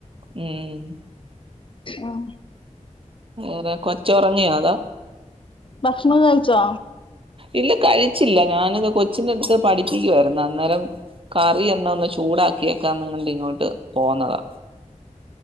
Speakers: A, on the right (about 45°); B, on the left (about 40°).
A: ഉം
B: ആഹ്
A: വേറെ കൊച്ചറങ്ങിയോ അതാ.
B: ഭക്ഷണം കൈയിച്ചോ.
A: ഇല്ല കഴിച്ചില്ല ഞാനിത് കൊച്ചിന്റെ അടുത്ത് പഠിപ്പിക്കയിരുന്നു അന്നേരം. കറി എന്ന ഒന്ന് ചൂടാക്കിയക്കാ നിങ്ങട്ട് ഇങ്ങോട്ട് പോന്നതാ.